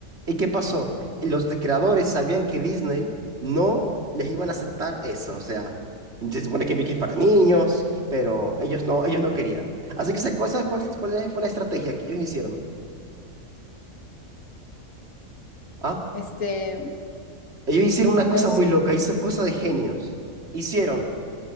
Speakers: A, on the right; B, on the left.
A: ¿Y qué pasó? Los de creadores sabían que Disney no les iban a aceptar eso, o sea, se supone que Mickey es para niños, pero ellos no, ellos no querían. Así que ¿sabes cuál, sabes cuál- cuál fue la estrategia que ellos hicieron? ¿Ah?
B: Este,
A: Ellos hicieron una
B: no
A: cosa
B: sé.
A: muy loca, hizo cosa de genios. Hicieron